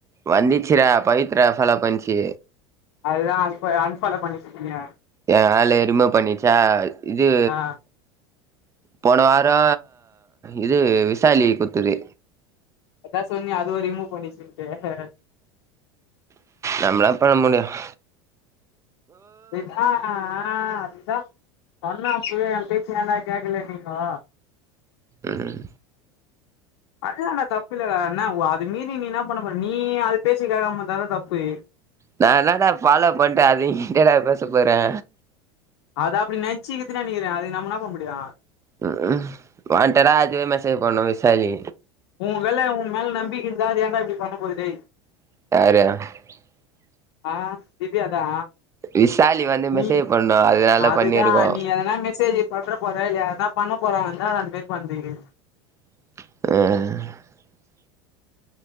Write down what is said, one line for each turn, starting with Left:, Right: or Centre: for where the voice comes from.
Right: வந்திச்சி டா பவித்ரா ஃபாலோ பன்ச்சி
Left: அதுதா அன் பாலோ அன் ஃபாலோ பண்ணிட்ருக்கீங்க
Right: எ ஆளு ரிமூவ் பண்ணிச்சா இது
Left: ஆ
Right: போன வாரோ இது விசாலி குட்துது
Left: அதா சொன்னியே அதுவு ரிமூவ் பண்ணி வெச்சிருக்து
Right: நம்ப்ளா பண்ண முடியாத்
Left: இத்தா ஆ அது தா பண்ணே அப்வே எ பேச்ச ஏன்டா கேக்கலம்பீங்கோ
Right: ம்
Left: அதனால தப்பில்ல டா அண்ணா ஒ அது மீறி நீ என்ன பண்ண போறே நீ அது பேச்ச கேக்காம இருந்தா தா தப்பு
Right: நா என்ன டா ஃபாலோ பண்ட்டே அது கிட்ட நா பேச போறே
Left: அது அப்டி நென்ச்சிக்கிது நெனைக்கிறே அதுக்கு நம்மென்னா பண்ண முடியு
Right: ம் ம் வாண்ட்டடா அதுவே மேசேஜ் பண்ணு விசாலி
Left: உ வேள உங்க மேலே நம்பிக்க இருந்தா அது ஏண்டா இப்டி பண்ண போது டேய்
Right: <unintelligible>
Left: ஆ திவ்யா தா
Right: விசாலி வந்து
Left: நீ
Right: மெசேஜ் பண்ணு அதனால
Left: அதுதா
Right: பண்ணிருக்கோ
Left: நீ எதுனா மெசேஜ் பண்ற போறே இல்லையா அதா பா பண்ண போறா வந்தா அது அந்த மேரி பண்திங்கித்
Right: <unintelligible>